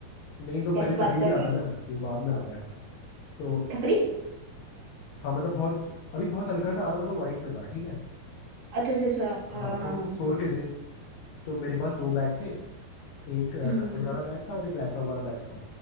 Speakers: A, on the left; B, on the right.
A: नहीं तो पहले
B: कैसी बात
A: सफेद
B: कर
A: ही आता
B: रहे
A: है ना वो बाद में आता है तो
B: हो थपरी
A: हाँ मतलब बहुत अभी बहुत हल्का सा आ रहा था तो वाइट में था ठीक है
B: अच्छा अच्छा अच्छा हाँ
A: हाँ
B: हाँ
A: तो हम
B: हाँ
A: सब सो के थे तो मेरे पास दो बैग थे एक अ,
B: हम्म
A: कपड़े वाला बैग था और एक लैपटॉप वाला बैग था